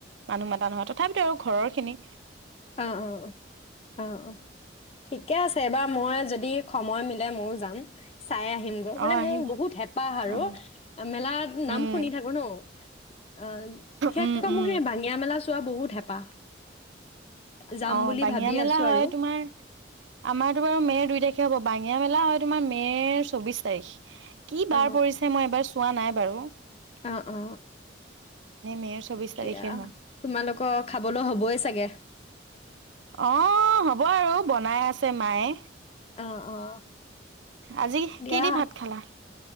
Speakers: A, on the right; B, on the left.
A: মানুহ মাতা <inaudible> তথাপিতো আৰু ঘৰৰখিনি
B: অ অ অ, অ অ ঠিকে আছে এবাৰ মই যদি সময় মিলে মইও যাম। চাই আহিমগৈ
A: অ'
B: মানে
A: আহিবা
B: মোৰ বহুত হেঁপাহ আৰু
A: অ'
B: মেলাত
A: উম
B: নাম শুনি থাকো ন। অ, বিশেষকৈ
A: উম উম
B: মোৰ সেই বাঙিয়া মেলা চোৱা বহুত হেঁপাহ। যাম
A: অ
B: বুলি
A: বাঙিয়া
B: ভাবি
A: মেলা
B: আছো
A: হয়
B: আৰু।
A: তোমাৰ, আমাৰতো বাৰু মেৰ দুই তাৰিখে হ'ব বাঙ বাঙিয়া মেলা হয় তোমাৰ মেৰ চৌবিশ তাৰিখ। কি
B: অ',
A: বাৰ পৰিছে মই এবাৰ চোৱা নাই। কৰোঁ
B: অ অ,
A: মে'ৰ চৌবিশ
B: এতিয়া
A: তাৰিখে হয়।
B: তোমালোকক খাবলৈ হ'বই চাগে।
A: অ হ'ব আৰু বনাই আছে মায়ে।
B: অ অ
A: আজি
B: দিয়া
A: কি দি ভাত খালা?